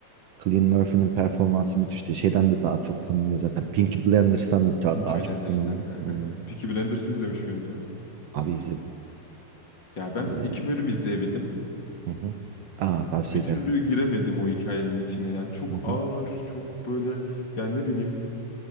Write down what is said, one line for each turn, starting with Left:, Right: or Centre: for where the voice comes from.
Right: Cillian Murphy'nin performansı müthişti. Şeyden de daha çok tanınıyor zaten. Peaky Blinders'tan da daha
Left: Peaky
Right: daha
Left: Blinders'ten.
Right: çok tanınıyor.
Left: hı hı.
Right: Hmm,
Left: Peaky Blinders izlemiş miydin abi?
Right: Abi izledim.
Left: Ya ben
Right: Ee,
Left: iki bölüm izleyebildim.
Right: hı hı. Aa tavsiye
Left: bir
Right: ederim.
Left: türlü giremedim o hikayenin içine. Yani çok
Right: Hı hı.
Left: ağır, çok böyle yani ne bileyim.